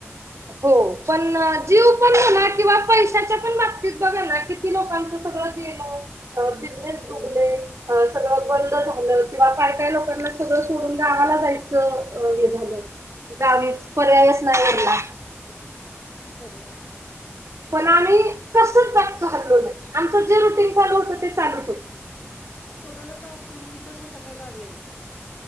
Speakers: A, on the right; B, on the left.
A: हो, पण जीव पण हो ना किंवा पैशाच्या पण बाबतीत बघा ना किती लोकांच सगळं गेल, बिजनेस
B: हो.
A: डुबले. अ सगळं बंद झालं किंवा काय काय लोकांना सगळं सोडून गावाला जायचं हे झालं. की गावीच पर्यायच नाही उरला.
B: हो खरये.
A: पण आम्ही कसं जागच हललो नाही, आमचं जे रुटीन चालू होतं ते चालूच होतं.
B: कोरोना काळात तुम्ही तिथंच होता का गावी आलता.